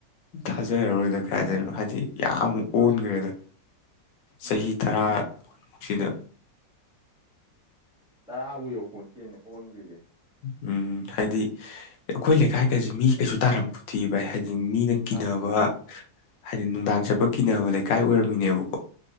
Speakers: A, on the left; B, in the centre.
A: ꯊꯥꯖꯔꯔꯨꯔꯣꯏꯗ ꯀꯗꯥꯏꯗꯅꯣ ꯍꯥꯏꯗꯤ ꯌꯥꯝꯨꯛ ꯑꯣꯟꯈ꯭ꯔꯦꯗ
B: ꯎꯝ
A: ꯆꯍꯤ ꯇꯔꯥꯨꯟꯃꯨꯛꯁꯤꯗ
B: ꯇꯔꯥꯕꯨ ꯌꯧꯐꯣꯟ ꯆꯦꯅꯦ ꯑꯣꯟꯈ꯭ꯔꯤꯁꯦ
A: ꯎꯝ ꯍꯥꯏꯗꯤ ꯑꯩꯈꯣꯏ ꯂꯩꯀꯥꯏ ꯀꯖꯦ ꯃꯤ ꯀꯩꯁꯨ ꯇꯥꯔꯝꯄꯣꯠꯇꯦ ꯚꯥꯏ ꯍꯥꯏꯗ ꯗꯤ ꯃꯤꯅ ꯀꯤꯅꯕ
B: ꯃꯥꯅꯦ ꯃꯥꯅꯦ
A: ꯍꯥꯏꯗꯤ ꯅꯨꯡꯗꯥꯡ ꯆꯠꯄ ꯀꯤꯅꯕ ꯂꯩꯀꯥꯏ ꯑꯣꯏꯔꯝꯃꯤꯅꯦꯕꯀꯣ